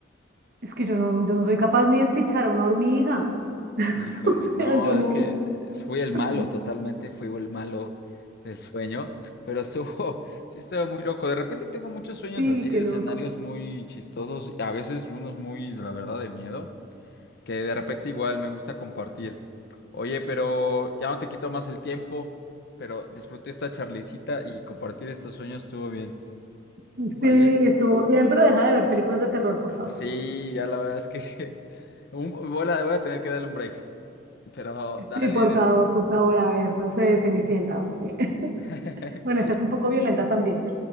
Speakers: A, on the right (about 55°); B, on the left (about 55°).
A: es que yo no, yo no soy capaz ni de despichar a una hormiga.
B: Híjole,
A: <laughs> O sea,
B: no,
A: yo no.
B: es que fui el malo,
A: <laughs>
B: totalmente fui el malo del sueño, pero estuvo, <laughs> sí estaba muy loco. De repente tengo muchos sueños
A: Sí,
B: así de
A: qué loco.
B: escenarios muy chistosos, a veces unos muy, la verdad, de miedo, que de repente igual me gusta compartir. Oye, pero ya no te quito más el tiempo, pero disfruté esta charlicita y compartir estos sueños estuvo bien,
A: Sí,
B: ¿vale?
A: estuvo bien, pero deja de ver películas de terror, por favor.
B: Sí, ya la verdad es que <laughs> un- voy a, voy a tener que darle un break, pero dale,
A: Sí, por favor, por favor, a ver, no sé, Cenicienta. eh. <laughs>
B: <laughs>
A: Bueno,
B: sí.
A: esa es un poco violenta también,